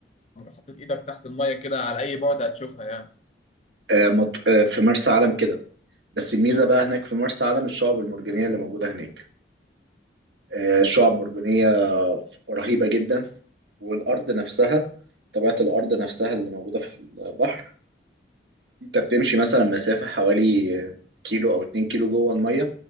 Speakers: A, on the left; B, on the right.
A: حطيت ايدك تحت الميه كده على اي بعد هتشوفها يعني
B: آه، مط- آه، في مرسى علم كده بس الميزة بقى هناك في مرسى علم الشعب المرجانية اللي موجودة هناك آه، الشعب مرجانية رهيبة جدا والأرض نفسها طبيعة الأرض نفسها اللي موجودة في البحر انت بتمشي مثلا مسافة حوالي كيلو او اتنين كيلو جوه المية